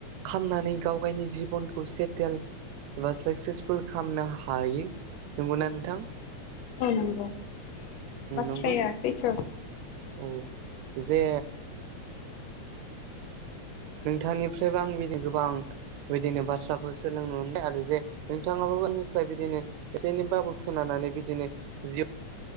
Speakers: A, on the right (about 75°); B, on the left (about 70°).
A: खामनानै गाव गावनि जिबनखौ सेथेल एबा साकसेसफुल खालामनो हायै नंगौना नोंथां
B: नंगौ बाथ्राया
A: नंगौ
B: सैथ'
A: औ जे नोंथांनिफ्रायबो आं बिदिनो गोबां बिदिनो बाथ्राफोर सोलोंनो मोनबाय आरो जे नोंथाङाबनिफ्राय बिदिनो एसे एनैबाबो खोनानानै बिदिनो जिउ